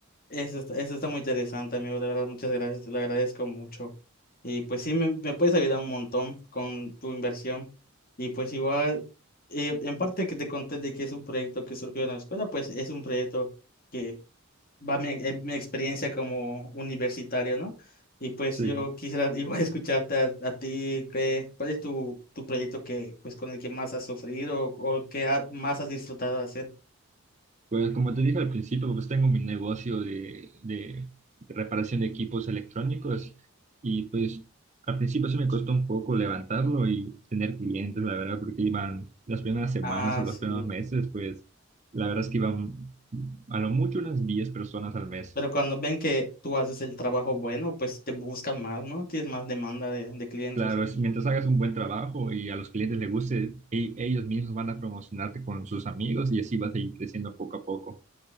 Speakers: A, on the left (about 40°); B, on the right (about 30°).
A: Eso está, eso está muy interesante, amigo. De verdad, muchas gracias. Te lo agradezco mucho. Y pues sí, me, me puedes ayudar un montón con tu inversión. Y pues igual, eh, en parte que te conté de que es un proyecto que surgió en la escuela, pues es un proyecto que va mi, en mi experiencia como universitario, ¿no? Y pues
B: Sí,
A: yo quisiera <laughs> igual escucharte a, a ti, qué, ¿cuál es tu, tu proyecto que, pues, con el que más has sufrido o, o que ha- más has disfrutado de hacer?
B: pues como te dije al principio, pues tengo mi negocio de, de reparación de equipos electrónicos y pues al principio sí me costó un poco levantarlo y tener clientes, la verdad, porque iban las primeras semanas
A: Ah,
B: o los
A: sí.
B: primeros meses, pues la verdad es que iban a lo mucho unas 10 personas al mes.
A: Pero cuando ven que tú haces el trabajo bueno, pues te buscan más, ¿no? Tienes más demanda de, de clientes.
B: Claro, es- mientras hagas un buen trabajo y a los clientes les guste, e- ellos mismos van a promocionarte con sus amigos y así vas a ir creciendo poco a poco.